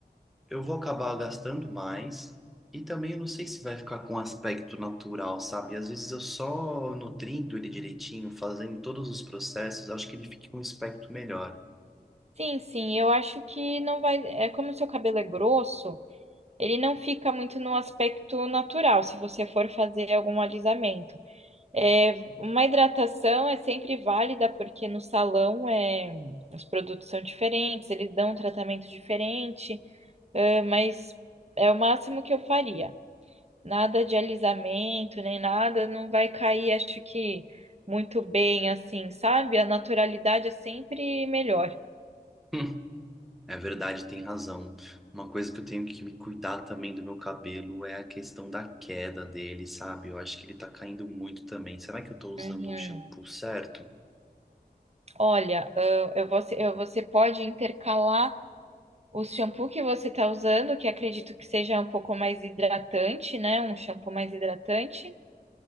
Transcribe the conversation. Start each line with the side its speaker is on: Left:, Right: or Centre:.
Centre: eu vou acabar gastando mais e também eu não sei se vai ficar com um aspecto natural, sabe? Às vezes eu só nutrindo ele direitinho, fazendo todos os processos, acho que ele fica com um aspecto melhor. <laughs>
Right: Sim, sim, eu acho que não vai. É como o seu cabelo é grosso, ele não fica muito no aspecto natural, se você for fazer algum alisamento. É, uma hidratação é sempre válida, porque no salão é, os produtos são diferentes, eles dão um tratamento diferente, é, mas é o máximo que eu faria. Nada de alisamento, nem nada, não vai cair, acho que muito bem assim, sabe? A naturalidade é sempre melhor.
Centre: Hum, É verdade, tem razão. Uma coisa que eu tenho que me cuidar também do meu cabelo é a questão da queda dele, sabe? Eu acho que ele tá caindo muito também. Será que eu tô usando
Right: Uhum.
Centre: o shampoo certo?
Right: Olha, ah, eu vou, eu, você pode intercalar o shampoo que você está usando, que acredito que seja um pouco mais hidratante, né? Um shampoo mais hidratante,